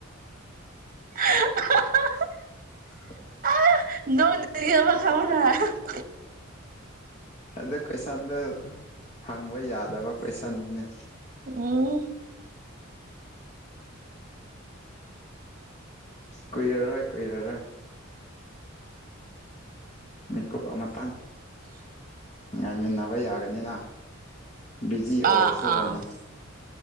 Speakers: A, on the right; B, on the left.
A: <unintelligible>
B: <inaudible>
A: <unintelligible>
B: ꯑꯗꯨ ꯀꯣꯏꯁꯥꯟꯗꯣ ꯍꯪꯕ ꯌꯥꯗꯕ ꯀꯣꯏꯁꯥꯟꯅꯤꯅꯦ
A: ꯎꯝ
B: ꯀꯨꯏꯔꯔꯣꯏ ꯀꯨꯏꯔꯔꯣꯏ ꯒ꯭ꯔꯨꯞ ꯑꯃꯇꯪ ꯉꯥꯏꯃꯤꯟꯅꯕ ꯌꯥꯒꯅꯤꯅ ꯕꯤꯖꯤ
A: ꯑꯥ
B: ꯑꯣꯏꯔꯁꯨ ꯑꯣꯏꯅ
A: ꯑꯥ ꯑꯩꯈꯣꯏ